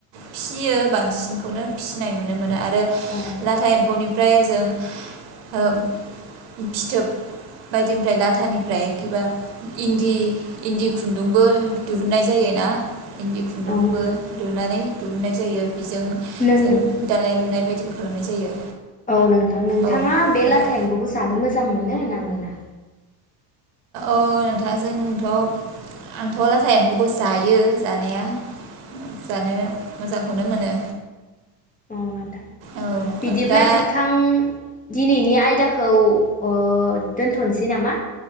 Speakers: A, on the right (about 80°); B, on the left (about 15°).
A: फिसियो बांसिनखौनो फिसिनाय नुनो मोनो आरो आरो
B: औ
A: लाथा एम्फौनिफ्राय ओ फिथोब बायदिनिफ्राय लाथानिफ्राय किबा इन्दि इन्दि खुन्दुंबो दिहुननाय जायो ना। इन्दि खुन्दुंबो
B: औ नोंथां
A: रुनानै दिहुननाय जायो। बेजों
B: नों
A: जों दानाय लुनाय बायदि खालामनाय जायो।
B: औ नोंथां। नोंथाङा
A: औ
B: बे
A: नोंथां
B: लाथा एम्फौखौ जानो मो जां मोनो ना मोना?
A: औ नोंथां जोंथ' आंथ' लाथा एम्फौखौ जायो जानाया जानो मोजांखौनो मोनो।
B: औ नोंथां
A: औ नोंथां
B: बिदिब्ला
A: दा
B: नोंथां दिनैनि आयदाखौ ओ दोन्थ'नोसै नामा?